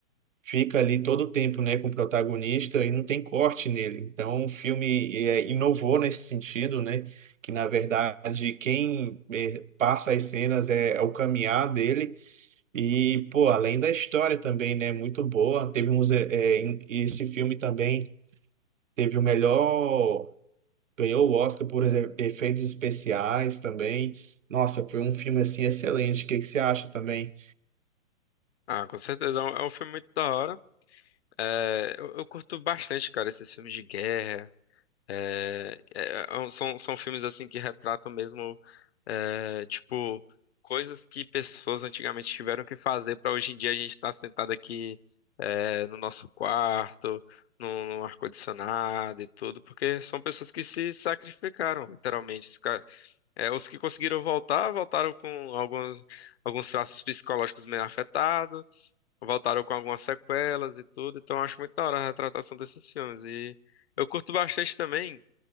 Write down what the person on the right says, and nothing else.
fica ali todo o tempo, né, com o protagonista e não tem corte nele. Então, o filme é, inovou nesse sentido, né? Que na verdade quem eh, passa as cenas é é o caminhar dele e, pô, além da história também, né? Muito boa. Teve uns, eh, eh, em- esse filme também teve o melhor. Ganhou o Oscar por exe- efeitos especiais também. Nossa, foi um filme assim excelente. O que que você acha também?